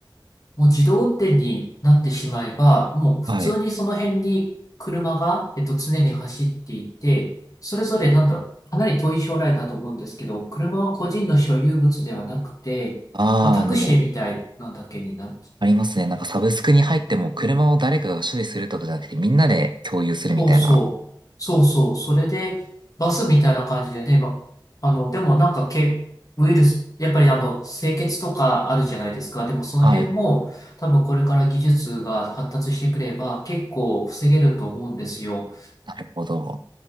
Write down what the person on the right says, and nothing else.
はい。
ああ、
あのもう、ありますね。なんかサブスクに入っても車を誰かが所有するとかじゃなくてみんなで共有するみたいな。
はい。
なるほど。